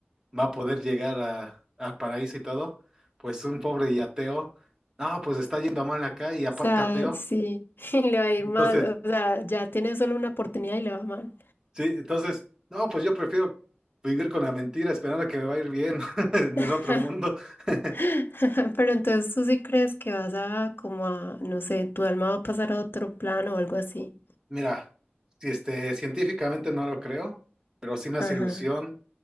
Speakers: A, on the right (about 20°); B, on the left (about 60°).
A: va a poder llegar a, al paraíso y todo, pues un pobre y ateo, no, pues está yendo mal acá y aparte
B: O sea,
A: ateo.
B: sí, <laughs> le va a ir
A: Entonces,
B: mal. O sea, ya tiene solo una oportunidad y le va mal.
A: sí, entonces, no, pues yo prefiero vivir con la mentira esperando que me va a ir bien <laughs> en
B: <laughs>
A: el otro mundo. <laughs>
B: <laughs> Pero entonces tú sí crees que vas a como a, no sé, tu alma va a pasar a otro plano o algo así.
A: Mira, si este, científicamente no lo creo, pero sí me hace
B: Ajá,
A: ilusión